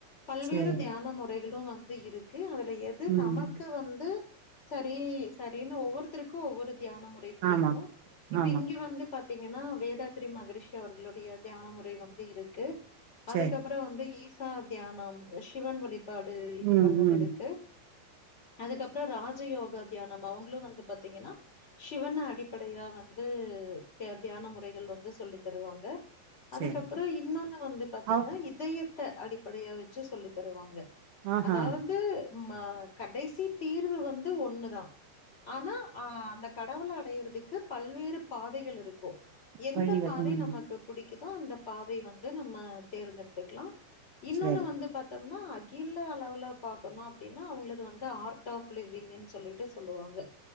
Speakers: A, on the left; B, on the right.
A: பல்வேறு
B: சேரி
A: தியான முறைகளு வ ந்து இருக்கு அவர் எது
B: ம்
A: நமக்கு வந்து சரி சரினு ஒவ்வொருத்தருக் கு ஒவ்வொரு தியான முறை புடிக்கு
B: ஆமா
A: இப்ப
B: ஆமா
A: இங்க வந்து பா பாத்தீங்கன்னா வேதாத்திரி மகரிஷி அவர்களுடைய தியான முறை வந்து இருக்கு அதுக்கப்பறோ
B: சரி
A: வந்து ஈஸ் ஈஸா தியானம் சிவன் வலிப் பாடு இது
B: ம்
A: பண்ணது
B: ம்
A: இருக்கு அதுக்கப்பறோ ராஜயோகா தியானம் அவங்களு வந்து பாத்தீங்கன்னா சிவன அடிப்படையா வந்து திய தியான முறைகள் வந்து சொல்லி தருவாங்க அதுக்கப்பறோ
B: சரி
A: இன்னொன்னு வந்து பாத்தீங்கன்னா
B: அவ்
A: இதய த்த அடிப்படையா வச்சி சொல்லி தருவாங்க
B: ஆஹா
A: அதாவது ம கடைசி தீர்வு வந்து ஒண்ணுதா ஆனா ஆ அந்த கடவுள அடையறதுக்கு பல்வேறு பாதைகள் இருக்கு எந்த
B: வழிகள்
A: பாதை
B: ம்
A: நமக்கு புடிக் தோ அந்த பாதை வந்து நம்ம தேர்ந்தெடுத்துக்லா இன்னொன்னு
B: சரி
A: வந்து பாத்தோம்னா கீல்ல அளவுல பாக்கணு அப்டின்னா அவங்களது வந்து ஆர்ட் ஆஃப் லிவிங்ன்னு சொல்லிட்டு சொல்லுவாங்க